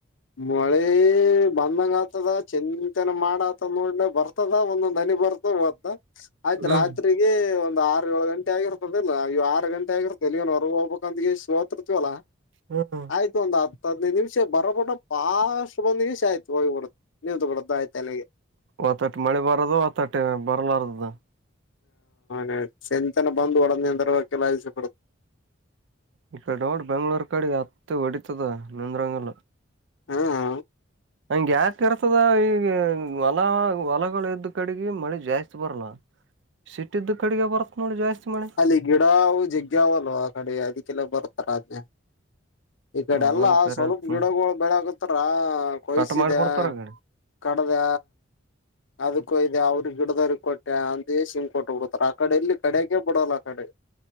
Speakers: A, on the left; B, on the right.
A: ಮಳೆ ಬಂದಂಗ ಆತದ ಚಂತೆನ ಮಾಡ ಆತದ ನೋಡಲ ಬರ್ತ ತದ ಒಂದೊಂದ್ ನನಿ ಬರ್ತ ಅಂತ ಆಯ್ತ
B: ಹ್ಮ್
A: ರಾತ್ರಿಗೆ ಒಂದು ಆರು ಏು ಗಂಟೆ ಆಗಿರ್ತದಲ್ಲ ಇವ ಆ ಗಂಟೆ ಆಗಿರ್ತ್ತದೆ ಇವನ್ ಹೊರ್ಗ ಹೋಗ್ಬೇಕ ಅಂದ ಇಷ್ಟುೋತಿರ್ತವಲ್ಲ
B: ಹ್ಮ್
A: ಆಯ್ತು ಒಂದ್ ಹತ್ತು ಹದ್ನೈದು ನಿಮಿಷ ಬರೋಬ ಬಹಷ್ಟು ಬಂದ್ ಗ ಆಯ್ತು ಹೋಗಿಬಡ ನಿಂತು ಬಿಡ್ದು ಆಯ್ತು ಎಲ್ಲಿಗೆ
B: ಒತ್ತಟ್ಟ ಮಳೆ ಬರದು ಒತ್ತಟ್ಟ ಬರ್ಲಾರದು
A: ಹ ಚೆಂಚನ ಬತ್್ ಉಡನಿಯಂತರವಲ್ಲ ಆಯಜಪಡ್
B: ಈ ಕಡೆ ನೋಡ್ ಬೆಂಗಳೂರ್ ಕಡೆ ಅತ್ತೆ ಹೊಡಿತದ ನಿಂದ್ರಂಗಲ್ <unintelligible>
A: ಹಾ ಹ
B: ಹಂಗ ಯಾಕ ಕೆಸದ ಈ ಈ ಹೊಲ ಹೊಲಗಳ ಎದ್ದ ಕಡೆಗೆ ಮಳಿ ಜಾಸ್ತಿ ಬರಲ್ಲ ಸಿಟ್ಟ್ದು ಕಡೆಗೆ ಬರುತ್ತ ನೋಡಿ ಜಾಸ್ತಿ ಮಳೆ
A: ಅಲ್ಲಿ ಗಿಡ ಜಿಗ್ಗ್ಯಾವಲ್ವ ಆ ಕಡೆ ಅದಕ್ಕೆಲ್ಲ ಬರ್ತಾರ ಆದ್ ಈ ಕಡೆ
B: ಅದನ್
A: ಎಲ್ಲಾ
B: ಕರೆ
A: ಸ್ವಲ್ಪ
B: ಆತ್
A: ಗಿಡಗಳುಗಳು ಬೆಳಕತ್ತಾರ ಕೊಯ್ಸಿದೆ
B: ಕಟ್ ಮಾಡಿಬಿಡ್ತಾರ ಆ ಕಡೆ
A: ಕಡದ ಅದಕ್ಕೂ ಇದೆ ಅವ್ರಿಗೆ ಗಿಡದಾರಿ ಕೊಟ್ಟೆ ಅಂತ ಶಿಂಗ್ಕ ಕೊಟ್ಟೆ ಬಿಡತಾರ ಆ ಕಡೆ ಎಲ್ಲಿ ಕಡಕೆ ಬಿಡೋಲ್ಲ ಆ ಕಡೆ